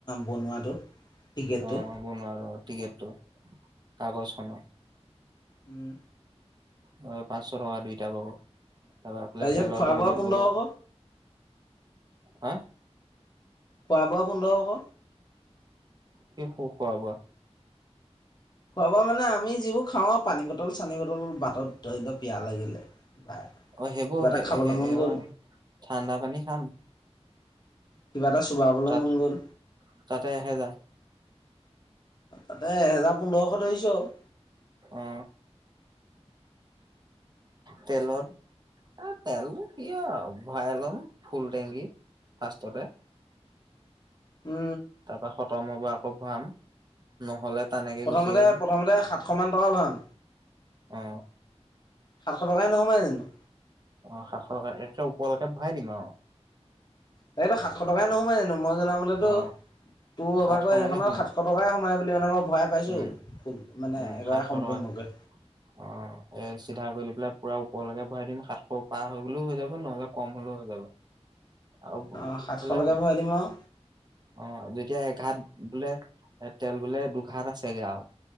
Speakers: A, on the left; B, on the right.
A: বনোৱাটো টিকেটটো
B: অ বনোৱা আৰু টিকেটটো কাগজখনৰ
A: উম
B: হয় পাঁচশ টকা দুইটা বগৌ তাৰ পা এইফালে
A: তাৰপিছত
B: তেলত
A: খোৱা
B: ধৰিললো
A: বোৱা পোন্ধৰশ
B: হা
A: খোৱা বোৱা পোন্ধৰশ
B: কি কি খোৱা বোৱা
A: খোৱাাবোৱা মানে আমি যিবোৰ খাওঁ পানী বটল চানী বটল বাটত ধৰি ল পিয়াহ লাগিলে বা
B: অ সেইবোৰ
A: কিবা এটা
B: হে
A: খাবলৈ
B: হে
A: মন
B: হে
A: গ'ল
B: ঠাণ্ডা পানী খাম
A: কিবা এটা চোবাবলৈ
B: তাত
A: মন গ'ল
B: তাতে এহেজাৰ
A: তাতে এহেজাৰ পোন্ধৰশ ধৰিছো আৰু
B: অ তেলত এ তেল কি ভয়াই লম ফুল টেংকি ফাৰ্ষ্টততে
A: আৰু
B: তাৰ পা খতম হ'ব আকৌ ভৰাম নহ'লে তেনেকে
A: প্ৰথমতে
B: গুচি আহিম
A: প্ৰথমতে সাতশ মান টকা ভৰাম
B: অ
A: সাতশ টকাই নোসোমায় জানো
B: অ সাতশ টকা একে ওপৰলৈকে ভৰাই দিম আও
A: তাকে সাতশ টকাই নোসোমাই জানো মই জনামতেতো
B: অ
A: তোৰ
B: সাতশ
A: ভাগৰ সেইখনত
B: মানে সোমাই
A: সাতশ টকাই সোমাই বুলি মানে মই ভৰাই পাইছোঁ
B: উম
A: ফুল মানে
B: উম
A: একেবাৰে
B: সাতশ
A: সম্পূৰ্ণকৈ
B: টকা অ এই চিধা গৈ পেলাই পুৰা ওপৰলৈকে ভৰাই দিম সাতশ পাৰ হৈ গ'লো হৈ যাব নহলে কম হলেও হৈ যাব আৰু
A: অ', সাতশলৈকে
B: ইফালে হল
A: ভৰাই দিম আৰু
B: অ যেতিয়া এঘাট বোলে তেল বোলে দুঘাট আছেগে আও